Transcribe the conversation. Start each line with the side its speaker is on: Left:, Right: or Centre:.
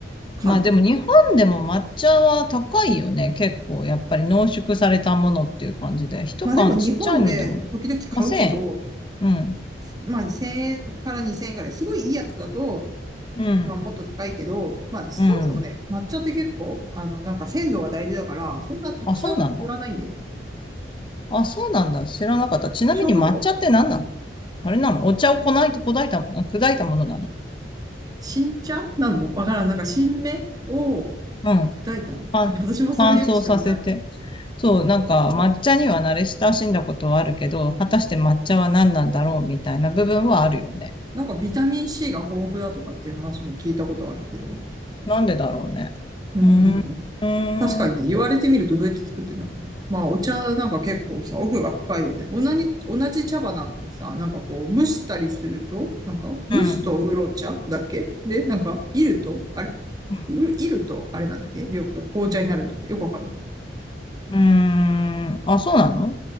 Right: 缶で。
Left: まあでも日本でも抹茶は高いよね。結構やっぱり濃縮されたものっていう感じで。一缶ちっちゃいのでも。
Right: まあでも日本で時々買うけど、
Left: まあ1000円。うん。
Right: まあ1000円から2000円ぐらい、すごいいいやつだと、
Left: うん。
Right: まあもっと高いけど、まあそもそもね、
Left: うん。
Right: 抹茶って結構、あのなんか鮮度が大事だから、そんなたくさん売らないんだよね。
Left: あ、そうなんだ。あ、そうなんだ。
Right: し
Left: 知らなかった。ちなみに抹茶って何なの
Right: 少量、
Left: あれなのお茶をこない、砕いた、砕いたものなの
Right: 新茶なのわからん。なんか新芽を
Left: うん。
Right: 砕いたの。
Left: あ、
Right: いや私もそれよく知らない。
Left: 乾燥させて。そう、なんか抹茶には慣れ親しんだことはあるけど、果たして抹茶は何なんだろうみたいな部分はあるよね。
Right: なんかビタミン C が豊富だとかっていう話も聞いたことあるけど。
Left: なんでだろうね。
Right: うん。
Left: うーん。うーん。
Right: 確かにね、言われてみるとどうやって作ってんだろうね。まあ、お茶なんか結構さ、奥が深いよね。同じ、同じ茶葉なのにさ、なんかこう、蒸したりすると、なんか、蒸すとウーロン茶だっけで、
Left: うん
Right: なんか、いると、あれ
Left: うん。
Right: ういると、あれなんだっけ緑、紅茶になるんだっけよくわかんない。
Left: うーん。あ、そうなの